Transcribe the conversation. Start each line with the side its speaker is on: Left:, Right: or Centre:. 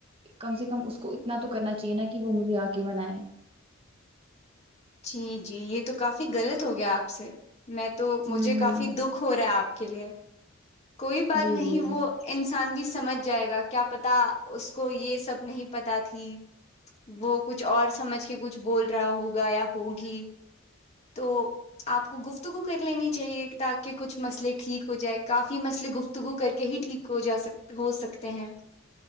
Right: کم سے کم اس کو اتنا تو کرنا چاہیے نا کہ وہ مجھے آ کہ منائے
Left: جی جی یہ تو کافی غلط ہو گیا آپ سے میں تو مجھے
Right: ہوں
Left: کافی دکھ ہو رہا آپ کے لیے کوئی بات
Right: جی
Left: نہیں
Right: جی
Left: وہ ان نقسان بھی سمجھ جائے گا کیا پتا اس کو یہ سب نہیں پت تھی وہ کچھ اور سمجھ کے کچھ بول رہا ہوگا یا ہوگی تو آپ کو گفتگو کر لینی چاہیے تاکہ کچھ مسئلے ٹھیک ہو جائے کافی مسئلے گفتگو کر کے ہی ٹھیک ہو جا سک ہو سکتے ہیں